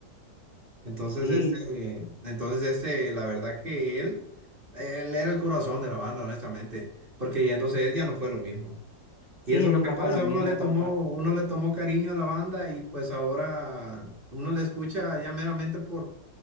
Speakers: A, on the right; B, on the left.
A: Entonces,
B: Sí,
A: este, entonces este, la verdad que él, él era el corazón de la banda, honestamente, porque yéndose él ya no fue lo mismo.
B: sí,
A: Y eso es
B: nunca
A: lo que pasa,
B: fue lo mismo,
A: uno le tomó,
B: compa.
A: uno le tomó cariño a la banda y pues ahora uno le escucha ya meramente por,